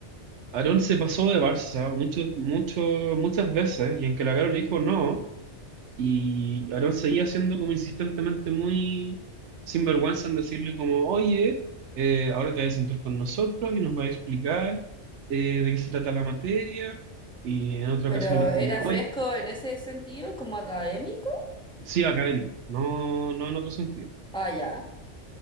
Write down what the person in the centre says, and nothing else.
¿Pero
era
fresco en ese sentido, como académico?
Ah, ya.